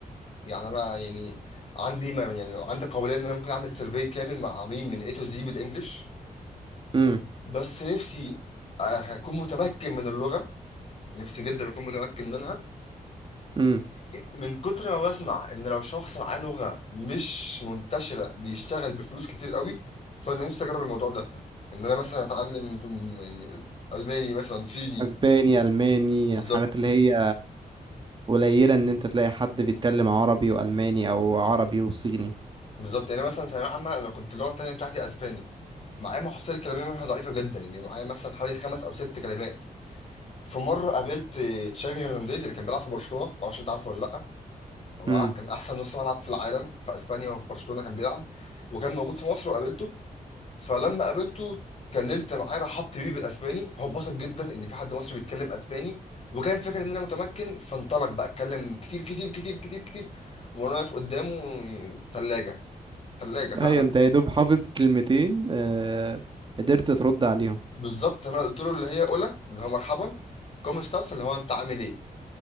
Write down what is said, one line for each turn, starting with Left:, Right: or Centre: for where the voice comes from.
Left: يعني انا يعني عندي ما يعني عندي قابليه ان انا ممكن اعمل سيرفي كامل مع عميل من A to Z بالانجليش
Right: امم
Left: بس نفسي اكون متمكن من اللغه نفسي جدا اكون متمكن منها
Right: امم
Left: ومن كتر ما بسمع ان لو شخص معاه لغه مش منتشره بيشتغل بفلوس كتير قوي فانا نفسي اجرب الموضوع ده ان انا مثلا اتعلم يعني الماني مثلا صيني
Right: اسباني الماني
Left: بالظبط
Right: الحاجات اللي هي قليلة ان انت تلاقي حد بيتكلم عربي والماني او عربي وصيني
Left: بالظبط يعني مثلا ثانويه عامه انا كنت اللغه التانيه بتاعتي اسباني معايا محصله كلاميه منها ضعيفه جدا يعني معايا مثلا حوالي خمس او ست كلمات في مره قابلت تشافي هرنانديز اللي كان بيلعب في برشلونه ما اعرفش انت عارفه ولا لا هو
Right: امم
Left: كان احسن نص ملعب في العالم في اسبانيا وفي برشلونه كان بيلعب وكان موجود في مصر وقابلته فلما قابلته اتكلمت معاه رحبت بيه بالاسباني فهو اتبسط جدا ان في حد مصري بيتكلم اسباني وكان فاكر ان انا متمكن فانطلق بقى اتكلم كتير كتير كتير كتير كتير وانا واقف قدامه ثلاجه ثلاجه فعلا
Right: ايوه انت يا دوب حافظ كلمتين آه قدرت ترد عليهم
Left: بالظبط انا قلت له اللي هي اولى اللي هو مرحبا كوم ستاس اللي هو انت عامل ايه